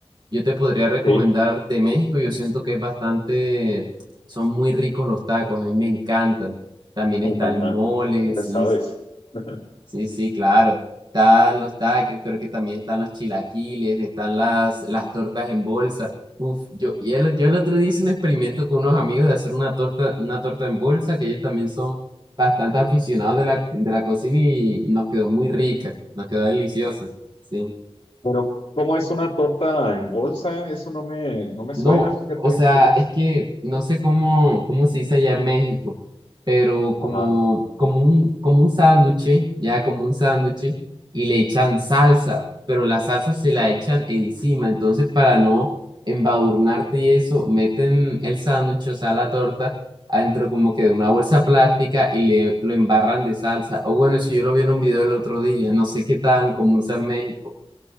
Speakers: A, on the right (about 45°); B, on the left (about 55°).
A: yo te podría recomendar
B: Sí,
A: de México, yo siento que es bastante, son muy ricos los tacos, a mí me encantan. También
B: <laughs>
A: está el mole,
B: ya
A: sí,
B: sabes. <laughs>
A: Sí, sí, claro. Están los taques, creo que también están los chilaquiles, están las, las tortas en bolsa. Uf, yo, y el- yo el otro día hice un experimento con unos amigos de hacer una torta, una torta en bolsa, que ellos también son bastante aficionados de la, de la cocina y nos quedó muy rica, nos quedó deliciosa. Sí.
B: Pero, ¿cómo es una torta en bolsa? Eso no me, no me suena,
A: No,
B: fíjate
A: o sea,
B: cómo
A: es
B: es.
A: que no sé cómo, cómo se dice allá en México, pero como,
B: Ajá,
A: como un, como un sándwich, ya como un sándwich, y le echan salsa, pero la salsa se la echan encima, entonces para no embadurnarte y eso, meten el sándwich, o sea, la torta, adentro como que de una bolsa plástica y le, lo embarran de salsa. O bueno, eso yo lo vi en un video el otro día, no sé qué tan común sea en México.